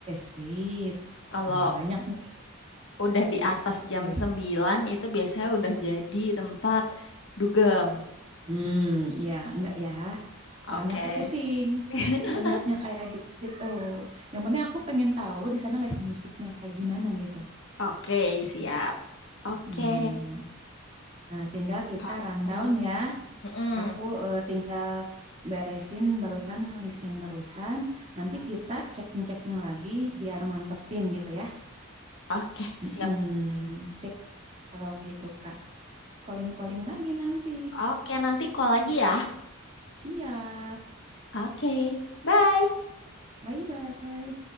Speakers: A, on the right; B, on the left.
A: sip.
B: Kalau
A: Udah banyak nih.
B: udah
A: Sip,
B: di atas
A: sip, sip.
B: jam 9 itu biasanya udah jadi tempat dugem.
A: Hmm, ya, enggak ya.
B: Oke.
A: Soalnya aku pusing
B: <laughs>
A: ngelihatnya kayak gitu. Yang penting aku pengen tahu di sana live musiknya kayak gimana gitu.
B: Oke, siap. Oke.
A: Hmm. Nah, tinggal kita
B: Harto.
A: rundown ya.
B: Mm-mm.
A: Aku eh, tinggal beresin barusan list yang barusan. Nanti kita checking-checking lagi biar mantepin gitu ya.
B: Oke, siap.
A: Mm-mm, Sip. Kalau gitu, Kak. Calling-calling lagi nanti.
B: Oke, nanti call lagi ya.
A: Siap.
B: Oke, bye.
A: Bye-bye.